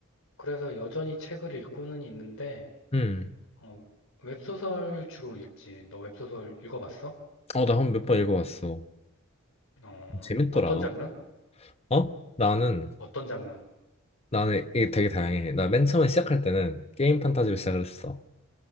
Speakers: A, on the left; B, on the left.
A: 그래서 여전히 책을 읽고는 있는데
B: 음.
A: 어, 웹소설 주로 읽지. 너 웹소설 읽어봤어?
B: 어, 나 한 몇 번 읽어봤어.
A: 어,
B: 재밌더라.
A: 어떤 장르?
B: 어? 나는
A: 어떤 장르?
B: 나는 이게 되게 다양해. 나 맨 처음에 시작할 때는 게임 판타지로 시작을 했어.